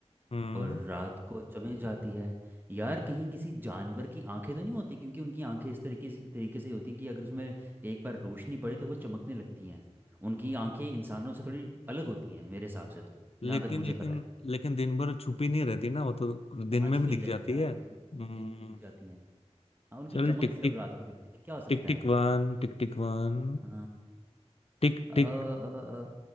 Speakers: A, on the left (about 60°); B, on the right (about 15°).
A: हम्म
B: और रात को चमें जाती है यार कहीं किसी जानवर की आंखें तो नहीं होती क्योंकि उनकी आंखें इस तरीके से तरीके से होती हैं कि अगर उसमें एक बार रोशनी पड़े तो वो चमकने लगती हैं उनकी आंखें इंसानों से थोड़ी अलग होती हैं मेरे हिसाब से तो
A: लेकिन
B: जहाँ तक मुझे
A: लेकिन
B: पता है
A: लेकिन दिन भर छुपी नहीं रहती ना वो तो दिन
B: हाँ
A: में
B: छुपी
A: भी
B: नहीं
A: दिख
B: रहती
A: जाती
B: यार
A: है
B: वो
A: हम्म
B: तो दिन में भी दिख जाती हैं हाँ उनकी
A: चल
B: चमक
A: टिक
B: सिर्फ
A: टिक
B: रात को दिखती है फिर क्या हो सकता
A: टिक टिक
B: है
A: वन टिक टिक वन
B: अ,
A: टिक
B: अ, अ,
A: टिक
B: अ,